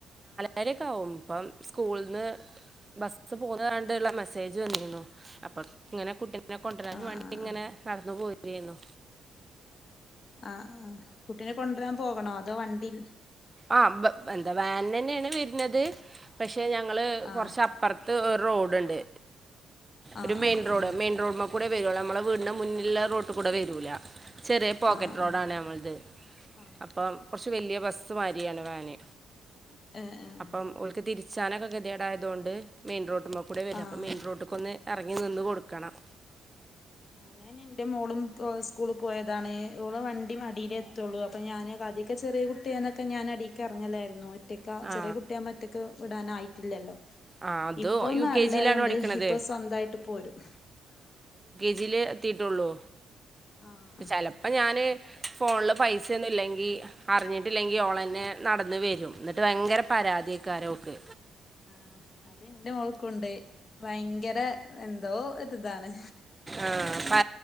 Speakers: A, on the right; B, on the left.
A: അരക്കാവും പ്പം സ്കൂള്ന്ന് ബസ്
B: ആഹ്
A: പോ കാണ് തുള്ള മെസ്സേജ് വന്നിന്നു. അപ്പോ ഇങ്ങനെ കുട്ടീനെ കൊണ്ടരാനും
B: ആഹ്
A: വാൻ ണ്ടീങ്ങനെ
B: ആഹ്
A: നടന്ന് പോയി രീണു.
B: ആഹ് ആഹ് കുട്ടിനെ കൊണ്ടുവരാൻ പോകണോ അതോ വണ്ടി -
A: ആ വ്വ വെന്താ വാൻലെന്നെയാണ് വരുന്നത് പക്ഷെ ഞങ്ങള്
B: ആഹ്
A: കൊറച്ച് അപ്പറത്ത് ഓ റോഡ്ണ്ട്
B: ആഹ്
A: ഒരു മെയിൻ
B: ആഹ്
A: റോഡ് മെയിൻ റോഡ്മ്മക് കൂടെ വരുകുള്ളൂ നമ്മളെ വീടിന്റെ മുന്നിലുള്ള റോടിക്കൂടെ വരൂല ചെറിയ പോക്കറ്റ്
B: ആഹ് ആഹ്
A: റോഡാണ്. നമ്മൾത്
B: ആഹ്
A: അപ്പം
B: ആഹ്
A: കൊറച്ച് വല്ലിയ ബസ്. സ് മാരിയാണ് വാന്
B: ആഹ് ആഹ് ആഹ്
A: അപ്പം ഓൽക്ക് തിരിച് ച്ചാനൊക്കെ ഗതികേടായതോണ്ട്. മെയിൻ റോട്ട്മ്മ കൂടെയാ വരാ
B: ആഹ്
A: അപ്പം മെയിൻ റോട്ടിക്കൊന്ന്. എറങ്ങി നിന്ന് കൊടുക്കണം.
B: ഞാൻ എൻ്റെ മോളും സ്കൂളിൽ പോയതാണ്. ഓള് വണ്ടി അടിയിലെ എത്തുള്ളു അപ്പം ഞാന് കദിക്കെ ചെ ചെറിയ കുട്ടിയാന്നൊക്കെ ഞാൻ അടിക്ക് എറങ്ങലായിരുന്നു. ഒറ്റയ്ക്ക
A: ആ
B: ചെറിയ കുട്ടിയാവുമ്പം ഒറ്റയ്ക്ക് വിടാനായിട്ടില്ലല്ലോ?
A: ആ അത്
B: ഇപ്പം
A: യു
B: നാലിലായോണ്ട്
A: കെ ജിയിലാണ് പഠിക്കണത്
B: ഇപ്പം സ്വന്തായിട്ട് പോരും.
A: ക്കില് എത്തിട്ടൊള്ളു
B: ആഹ്
A: ചെലപ്പം ഞാന് ഫാൺല് പൈസയൊന്നും ഇല്ലെങ്കി അറിഞ്ഞിട്ടില്ലെങ്കി ഓൾ അന്നെ നടന്ന് വരും. എന്നിട്ട് ഭയങ്കര പരാതിയക്കാരോക്ക്.
B: അ അത് എന്റെ മോൾക്കുണ്ട്. ഭയങ്കര എന്തോ ഒരിതാണ്.
A: ആഹ് പ